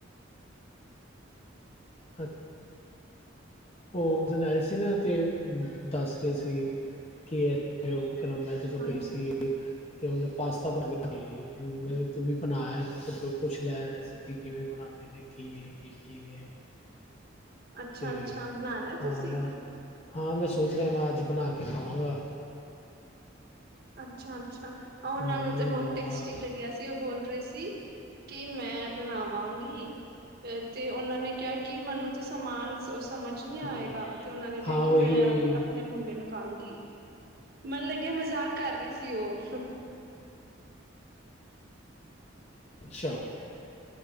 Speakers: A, on the left (about 30°); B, on the right (about 50°).
A: ਹ ਹੋ ਉਸ ਦਿਨ ਆਏ ਸੀ ਨਾ ਤੇ ਦੱਸ ਰਏ ਸੀ। ਕਿ <unintelligible> ਉਹ ਘਰੋਂ ਮੈ ਜਦੋ
B: ਹਾਂਜੀ,
A: ਗਈ ਸੀ। ਤੇ ਓਨੇ ਪਾਸਤਾ <unintelligible> ਬਣਾ ਤੂੰ ਵੀ ਬਣਾਲ ਪੁਛ ਲੈ ਰੈਸਪੀ ਕਿਵੇਂ ਬਣਾਂਦੇ। ਯਨੀ ਕਿ ਐ ਕੀ ਕਿਵੇ ਐ।
B: ਅੱਛਾ-ਅੱਛਾ
A: ਤੇ
B: ਬਣਾਣਾ
A: ਹਾਂ
B: ਤੁਸੀਂ?
A: ਮੈ ਹਾਂ ਮੈ ਸੋਚ ਰਿਆਂ ਵਾਂ ਅਜ ਬਣਾ ਕੇ ਖਾਵਾਂਗਾ।
B: ਅਛਾ- ਅਛਾ ਉਹਨਾ
A: ਮੰਮਾ
B: ਨੂੰ ਤੇ
A: ਵੀ
B: ਬੋਤ
A: ਖਵਾਵਾਂਗਾ
B: ਟੇਸਟੀ ਲਗਿਆ। ਸੀ ਉਹ ਬੋਲ ਰਹੇ ਸੀ ਕਿ ਮੈ ਬਣਾਵਾਂਗੀ। ਅ ਤੇ ਉਹਨਾ ਨੇ ਕਿਹਾ ਕਿ ਮੈਨੂੰ ਤੇ ਸਮਾਨ- ਉਹ ਸਮਝ ਨਹੀ
A: ਹਾਂ
B: ਆਏਗਾ ਤੇ ਉਹਨਾ ਨੇ ਕਿਹਾ
A: ਹਾਂ
B: ਕਿ
A: ਉਹੀ
B: ਮੈ
A: ਉਹੀ
B: ਆਪਣੇ ਮੁੰਡੇ ਨੂੰ ਕਹਾਂ ਗੀ। ਮੈਨ ਲਗਿਆ ਮਜ਼ਾਕ ਕਰ ਰਹੀ ਸੀ ਉਹ-
A: ਅਛਾ-